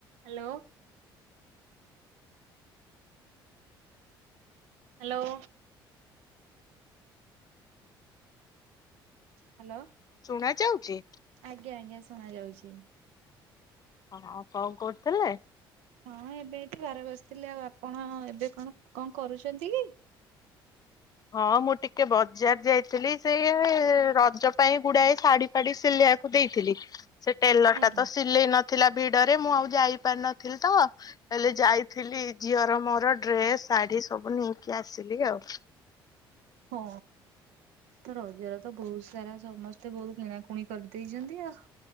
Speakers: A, on the right; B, on the left.
A: ହ୍ୟାଲୋ। ହ୍ୟାଲୋ। ହ୍ୟାଲୋ।
B: ଶୁଣା ଯାଉଚି।
A: ଆଜ୍ଞା ଆଜ୍ଞା ଶୁଣା ଯାଉଚି।
B: ହଉ କଣ କରୁଥିଲେ।
A: ହଁ ଏବେ ଏଠି ଘରେ ବସିଥିଲି ଆଉ ଆପଣ ଏବେ କଣ କଣ କରୁଚନ୍ତି କି।
B: ହଁ ମୁଁ ଟିକେ ବଜାର ଯାଇଥିଲି ସେଇ ରଜ ପାଇଁ ଗୁଡାଏ ଶାଢୀ ଫାଡି ସିଲେଇବାକୁ ଦେଇଥିଲି ସେ ଟେଲର
A: ଆଜ୍ଞା
B: ଟା ତ ସିଲେଇ ନ ଥିଲା ଭିଡରେ ମୁଁ ଆଉ ଯାଇପାରିନଥିଲି ତ ହେଲେ ଯାଇଥିଲି ଝିଅର ମୋର ଡ୍ରେସ ଶାଢୀ ସବୁ ନେଇକି ଆସିଲି ଆଉ।
A: ହଁ। ତ ରଜର ତ ବୋହୁତ ସାରା ସମସ୍ତେ ବୋହୁତ କିଣାକୁଣି କରିଦେଇଛନ୍ତି ଆଉ।